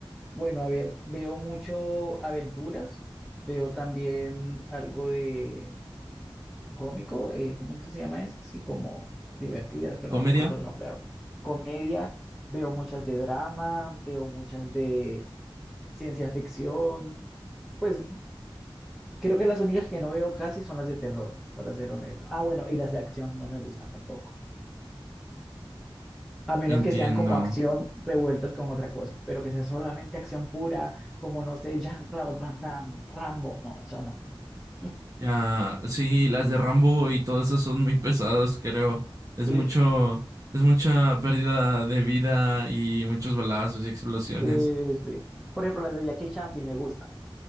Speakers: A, in the centre; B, on the right.
A: Bueno, a ver, veo mucho aventuras, veo también algo de cómico, eh, ¿cómo es que se llama eso? Sí, como divertidas, pero
B: ¿Comedia?
A: no recuerdo el nombre ahora. Comedia, veo muchas de drama, veo muchas de ciencia ficción. Pues creo que las únicas que no veo casi son las de terror, para ser honesto. Ah, bueno, y las de acción no me gustan tampoco. A menos
B: Entiendo.
A: que sean como acción revueltas con otra cosa, pero que sea solamente acción pura, como no sé, Jean-Claude Van Damme, Rambo, no, eso no. <laughs>
B: Ya, sí, las de Rambo y todas esas son muy pesadas, creo. Es
A: Sí,
B: mucho, es mucha pérdida de vida y muchos balazos y explosiones.
A: sí, sí. Por ejemplo, las de Jackie Chan sí me gustan,